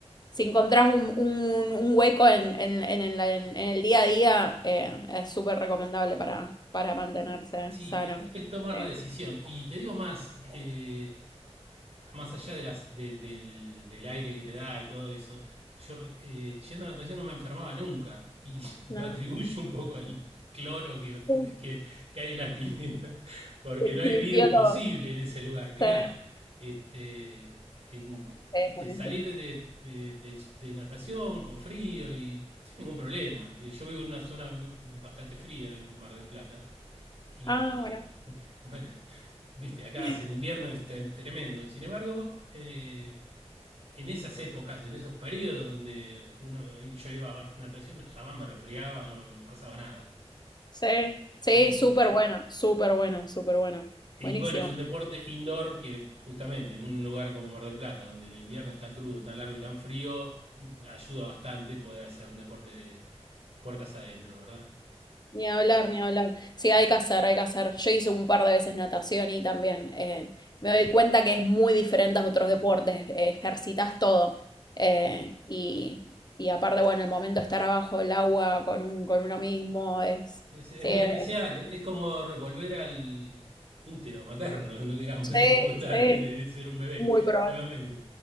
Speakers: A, on the left (about 40°); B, on the right (about 65°).
A: si encontrás un, un- un hueco en, en- en el, en el día a día, eh, es súper recomendable para, para mantenerse
B: sí,
A: sano.
B: es, es tomar
A: Sí,
B: la decisión. Y te digo más, eh, más allá de las, de- del, del aire que te da y todo eso, yo eh, yendo a natación no me enfermaba nunca y <laughs>
A: no,
B: lo atribuyo un poco al cloro que, fue,
A: sí,
B: que, que hay en las piletas, <laughs> porque
A: sí, <laughs>
B: no hay
A: limpió
B: virus posible
A: todo.
B: en ese lugar, claro.
A: Sí,
B: Este, en-
A: sí,
B: viste,
A: buenísimo.
B: salir de, eh, de- de natación con frío y sin ningún problema. Eh, Yo vivo en una zona no, bastante fría, Mar del Plata, y
A: Ah, bueno.
B: <laughs> bueno, viste, acá
A: <laughs>
B: hace el invierno es te- tremendo. Sin embargo, eh, en esas épocas, en esos periodos donde uno, yo iba a natación, jamás me resfriaba, no, no pasaba nada.
A: Sí, sí,
B: Sí, sí.
A: súper bueno, súper bueno, súper bueno.
B: Y
A: Buenísimo.
B: bueno, es un deporte indoor que justamente en un lugar como Mar del Plata, donde el invierno es tan crudo, tan largo y tan frío, ayuda bastante poder hacer un deporte de puertas adentro, ¿verdad?
A: Ni hablar, ni hablar. Sí, hay que hacer, hay que hacer. Yo hice un par de veces natación y también eh, me doy cuenta que es muy diferente a otros deportes. eh, ejercitas todo. eh, y, y aparte, bueno, el momento de estar abajo del agua con, un- con uno mismo es...
B: Es, es
A: Sí,
B: muy
A: es-
B: especial, ¿eh? es como revolver al útero materno, <laughs> digamos,
A: sí,
B: es como estar,
A: sí,
B: <laughs> ser un bebé
A: muy probable.
B: nuevamente.